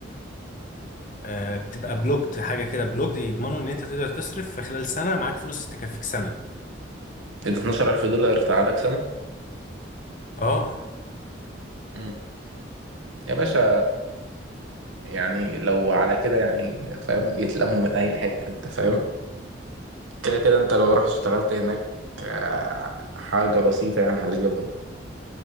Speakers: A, on the left; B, on the right.
A: آه، بتبقى بلوكد حاجه كده بلوكد يضمنوا ان انت تقدر تصرف في خلال سنه معاك فلوس تكفيك سنه
B: ايه ده 12000 دولار تقعدك
A: اه
B: سنة يا باشا يعني لو على كده يعني فاهم يتلموا من اي حته انت فاهم كده كده انت لو رحت اشتغلت هناك آه، حاجه بسيطه يعني هتجيبهم